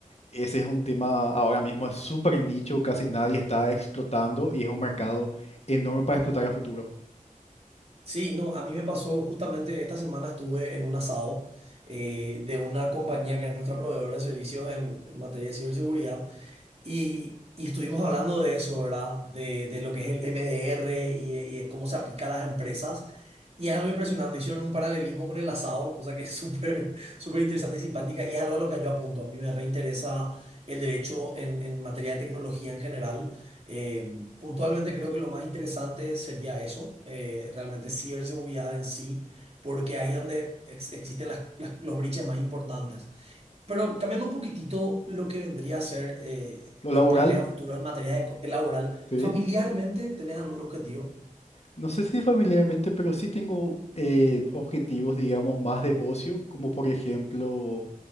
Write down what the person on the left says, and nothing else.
ese es un tema ahora mismo, es súper nicho, casi nadie está explotando y es un mercado enorme para explotar a futuro.
Lo
laboral,
sí.
No sé si familiarmente, pero sí tengo eh, objetivos, digamos, más de ocio, como por ejemplo,